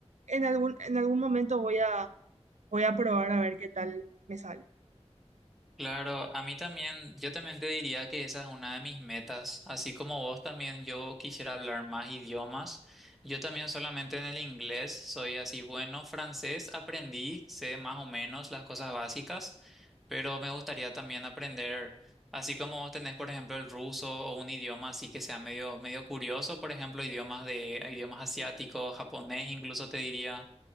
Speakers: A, on the right; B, in the centre.
A: en algún, en algún momento voy a, voy a probar a ver qué tal me sale.
B: Claro, a mí también, yo también te diría que esa es una de mis metas. Así como vos también, yo quisiera hablar más idiomas. Yo también solamente en el inglés soy así bueno. Francés aprendí, sé más o menos las cosas básicas, pero me gustaría también aprender, así como vos tenés, por ejemplo, el ruso o un idioma así que sea medio, medio curioso, por ejemplo, idiomas de, idiomas asiáticos, japonés, incluso te diría.